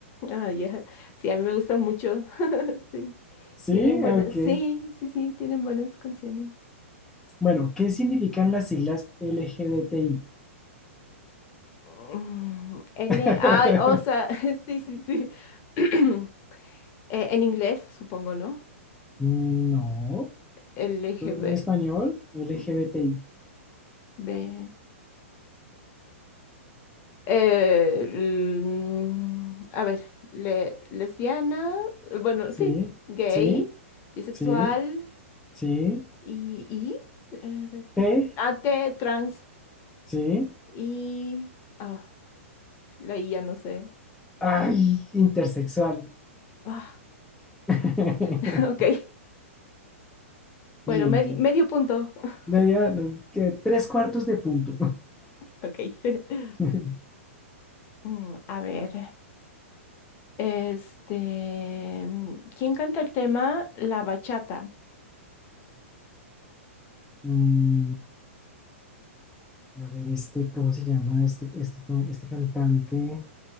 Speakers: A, on the left; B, in the centre.
A: Ah, ya. Sí, a mí me gusta mucho. <laughs> Sí,
B: Sí,
A: tienen buenas,
B: ok.
A: sí, sí, sí, tienen buenas canciones.
B: Bueno, ¿qué significan las siglas LGBTI?
A: Mm, L,
B: <laughs>
A: ay, o sea, <laughs> sí, sí, sí. <clears throat> Eh, en inglés, supongo, ¿no?
B: No,
A: LGB.
B: pues, en español, LGBTI.
A: B- B. eh, l- mm, a ver, le- lesbiana, eh, bueno,
B: Sí,
A: sí, gay,
B: sí,
A: bisexual
B: sí, sí.
A: y, y eh, ve-
B: T,
A: AT, trans
B: sí.
A: y... Ah, la I ya no sé.
B: Ay, intersexual.
A: Ah,
B: <laughs>
A: <laughs> ok. Bueno,
B: Bien,
A: medi-
B: bien.
A: medio punto. <laughs>
B: Media, no, que tres cuartos de punto.
A: Ok. <laughs>
B: <laughs>
A: Mm, a ver. Este, mm, ¿quién canta el tema? La bachata.
B: Mm, A ver, este, ¿cómo se llama? Este, este, con- este cantante,